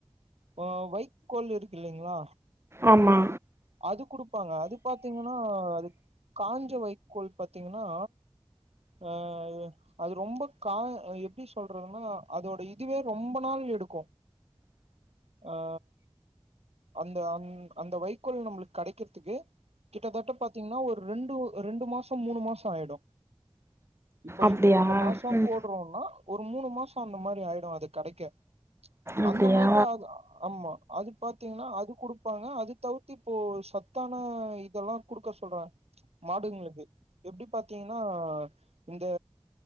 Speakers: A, on the right (about 85°); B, on the right (about 25°).
A: இப்போ வைக்கோல் இருக்கு இல்லீங்களா
B: ஆமா
A: அது குடுப்பாங்க அது பாத்தீங்கன்னா அது காஞ்ச வைக்கோல் பாத்தீங்கன்னா ஆ அது ரொம்ப கா எப்டி சொல்றதுன்னா அதோட இதுவே ரொம்ப நாள் எடுக்கோ அ அந்த அந் அந்த வைக்கோல் நம்புளுக்கு கடைக்கிறதுக்கு கிட்டத்தட்ட பாத்தீங்கன்னா ஒரு ரெண்டு ரெண்டு மாசோ மூணு மாசோ ஆயிடோ இப்போ
B: அப்டியா
A: இந் இந்த மாசோ
B: ம்
A: போட்றோம்னா ஒரு மூணு மாசோ அந்த மாரி ஆயிடோ அது கடைக்க
B: அப்டியா
A: அந்த மாரி ஆ ஆமா அது பாத்தீங்கன்னா அது குடுப்பாங்க அது தவுத்தி இப்போ சத்தான இதெல்லா குடுக்க சொல்றாங்க மாடுங்குளுக்கு எப்டி பாத்தீங்கன்னா இந்த